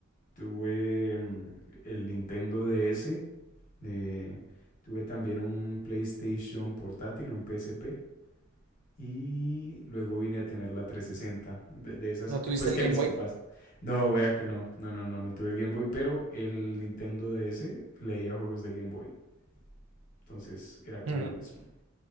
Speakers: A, on the left (about 40°); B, on the right (about 75°).
A: tuve mm, el Nintendo DS, De, tuve también un PlayStation portátil, un PSP. Y luego vine a tener la 360 de, de esas,
B: ¿No
A: que,
B: tuviste
A: pues
B: el
A: que
B: Game
A: mis
B: Boy?
A: papás. No, vea que no, no, no, no, no tuve Game Boy, pero el Nintendo DS leía juegos de Game Boy, entonces era como
B: Ujú.
A: lo mismo.